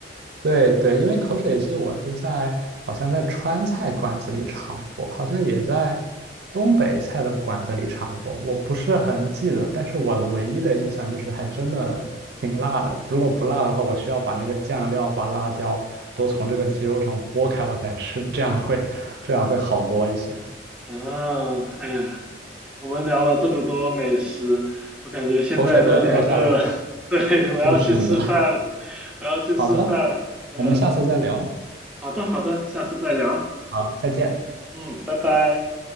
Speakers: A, on the right; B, in the centre.
A: 对对，因为口水鸡我是在好像在川菜馆子里尝过，好像也在东北菜的馆子里尝过，我不是很记得，但是我的唯一的印象就是还真的挺辣的。如果不辣的话，我需要把那个酱料、把辣椒都从这个鸡肉上剥开我才吃，这样会这样会好多一些，
B: 啊，哎呀，我们聊了这么多美食，我感觉现在都有点饿了。
A: 口水都要掉下来了。
B: <laughs> 对，我要去吃饭了，
A: 就是的，
B: 我要去吃饭了。
A: 好的，
B: 嗯，
A: 我们下次再聊，
B: 好的好的，下次再聊。
A: 好，再见。
B: 嗯，拜拜。